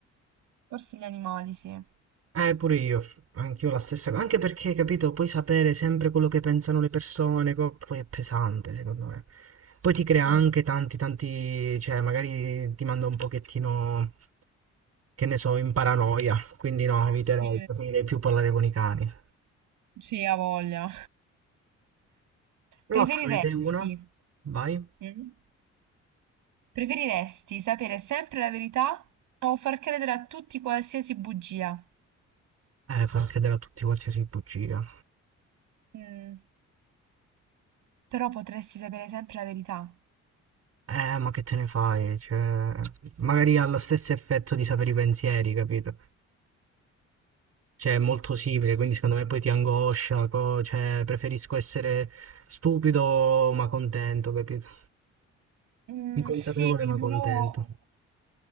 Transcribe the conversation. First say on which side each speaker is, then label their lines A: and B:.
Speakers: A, on the right; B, on the right.
A: Forse gli animali, sì.
B: eh, pure io, anch'io la stessa cosa, anche perché, capito, puoi sapere sempre quello che pensano le persone, co- poi è pesante, secondo me. Poi ti crea
A: Sì,
B: anche tanti, tanti, cioè magari ti manda un pochettino Che ne so, in paranoia, quindi no, eviterei,
A: sì,
B: preferirei più parlare con i cani.
A: sì, ha voglia.
B: Prova
A: Preferiresti,
B: a farne te uno, vai.
A: mm? Preferiresti sapere sempre la verità o far credere a tutti qualsiasi bugia?
B: Eh, far credere a tutti qualsiasi bugia.
A: Mm, però potresti sapere sempre la verità.
B: Eh, ma che te ne fai? Cioè, magari ha lo stesso effetto di sapere i pensieri, capito? Cioè, è molto simile, quindi secondo me poi ti angoscia, co- cioè, preferisco essere stupido ma contento, capito?
A: Mm,
B: Inconsapevole
A: sì,
B: ma
A: però...
B: contento.